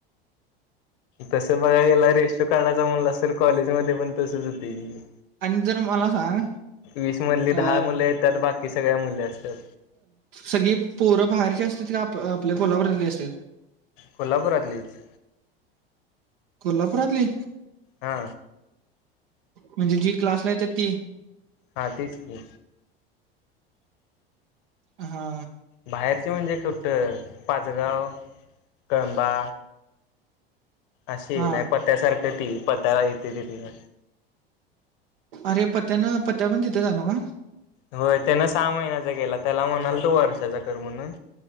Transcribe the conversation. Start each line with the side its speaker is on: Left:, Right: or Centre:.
Left: तस बघा याला रेजिस्टर कारडाचा म्हणला अस स कॉलेज मध्ये पण तसच होते की
Right: आणि जर मला सांग
Left: वीस मधली
Right: अ
Left: दहा मुले येतात बाकी सगळ्या मुले असतात
Right: सगळी पोरं बाहेरची असतात क आप आपल्या कोलावरली असत
Left: कोल्हापुरातलीच
Right: कोल्हापुरातली
Left: हा
Right: म्हणजे जी क्लासला येतात ती
Left: हा तेच की
Right: हा
Left: बाहेरचे म्हणजे कट्टर पाचगाव कळंबा अशी
Right: हा
Left: नाही पत्यासारखं ती पत्याला येते तिथन
Right: अरे पत्त्यानं पत्त्या पण तिथं जाणो का
Left: होय त्यान सहा महिन्याचा केला त्याला म्हणाल तो वर्षाचा कर म्हणून